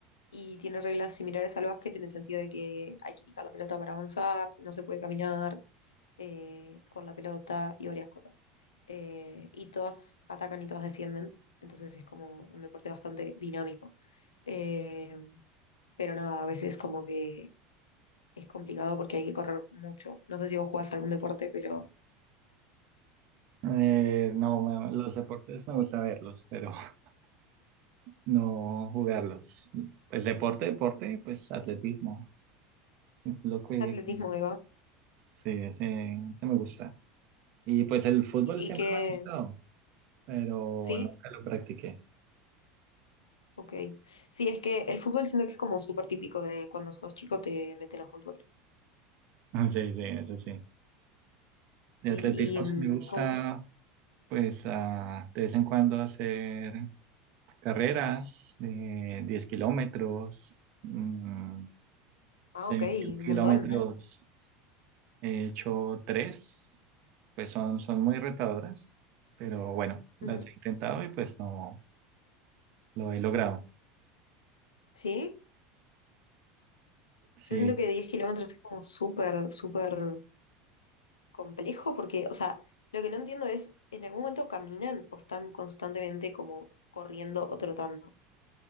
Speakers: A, on the left; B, on the right.
A: y tiene reglas similares al básquet en el sentido de que hay que picar la pelota para avanzar, no se puede caminar eh, con la pelota y varias cosas. Eh, y todas atacan y todas defienden, entonces es como un deporte bastante dinámico. Eh, pero nada, a veces como que es complicado porque hay que correr mucho. No sé si vos jugás algún deporte, pero
B: Eh, no, me- los deportes me gusta verlos, pero <laughs> no jugarlos. Pues deporte, deporte, pues atletismo, es lo que...
A: atletismo, Eva.
B: Sí, ese, ese me gusta. Y pues el fútbol
A: ¿Y,
B: siempre
A: y que
B: me ha gustado, pero
A: ¿Sí?
B: nunca lo practiqué. <laughs>
A: Ok. Sí, es que el fútbol siento que es como súper típico de cuando sos chico te meten a fútbol.
B: Ah, Sí, sí, eso sí.
A: Sí,
B: De atletismo
A: y mm,
B: sí me gusta,
A: ¿cómo se
B: pues ah, de vez en cuando hacer carreras de 10 kilómetros, mm,
A: Ah,
B: de
A: ok,
B: 21
A: un
B: kilómetros
A: montón. Eh,
B: he hecho tres, pues son, son muy retadoras, pero bueno, las
A: Ujú.
B: he intentado y pues no lo he logrado.
A: Sí,
B: Sí,
A: yo siento que 10 kilómetros es como súper, súper complejo porque, o sea, lo que no entiendo es, ¿en algún momento caminan o están constantemente como corriendo o trotando?